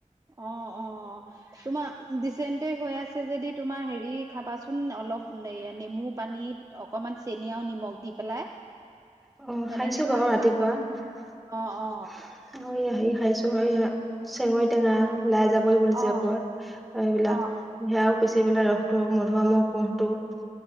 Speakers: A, on the right; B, in the centre.
A: অ, অ, তোমাৰ ডিচেণ্টিৰি হৈ আছে যদি তোমাৰ হেৰি খাবাচোন অলপ নেমু পানী, অকমান চেনি আৰু নিমখ দি পেলাই।
B: অ,
A: তেনেকে
B: খাইছো বাৰু
A: খালে
B: ৰাতিপুৱা।
A: ভাল পাব
B: সে
A: অ অ
B: আহ, ই আহায় চ চেঙৈ তে। লাই যাবই বুলি
A: অ
B: যে আকৌ এইবিলাক
A: অ অ
B: সেয়াও। পুচি পেলাই ৰসটো মধুআমৰ কুহটো।